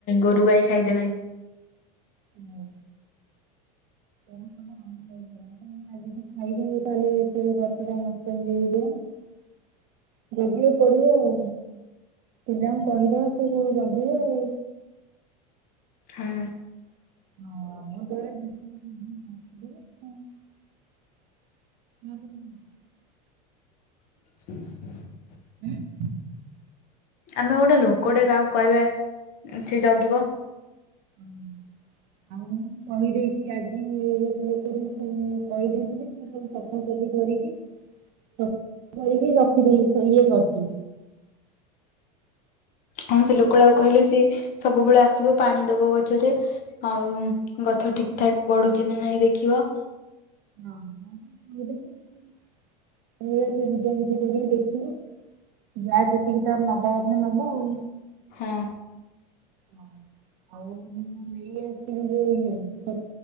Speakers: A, on the left (about 40°); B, on the right (about 55°).
A: ଗୋରୁ ଗାଈ ଖାଇଦେବେ।
B: ହୁଁ। <unintelligible> ଆ ଯଦି ଖାଇଦବି ତାହେଲେ ସେ ଗଛ ଟା ମସ୍ତ ହେଇଯଯଥିବ ନା ଜୋଗିବାକୁ ପଡିବ ଆଉ। ପିଲାଙ୍କୁ କହିଦେବା ସ କୋଉ ଜଗିବେଆଉ।
A: ହଁ।
B: ହଁ ମୁ ନା କନ କୋଉଛ।
A: <inaudible>
B: <inaudible>
A: ଆମେ ଗୋଟେ ଲୋକ ଟେ କାହାକୁ କହିବା ସେ ଜଗିବ।
B: ହୁଁ। ଆଉ ମୁଁ କହିଦେଇଛି ଆଜି ଲୋକଟି କହିଦେଇଛି ସବୁ ସଫା କରି କରିକି କି ରଖିଦେଇ ଇଏ କରିଛି।
A: ହଁ ସେ ଲୋକଟାକୁ କହିଲେ ସିଏ ସବୁବେଳେ ଆସିବ ପାଣି ଦବ ଗଛରେ ଆଉ ଗଛ ଠିକ ଠାକ୍ ବଢୁଛି ନା ନାଇଁ ଦେଖିବ। <inaudible>
B: ନାଁ <unintelligible> ସେ ଅ ସେ ବିଜଝିକି ଦେଖିିଲୁ। ଯା ସେତିକି ତାର ନବା କଥା ନବ ଆଉ।
A: ହଁ।
B: ହଁ। ଆଉ ମୁଁ ନେଇ ଆସିବି ଇଏତ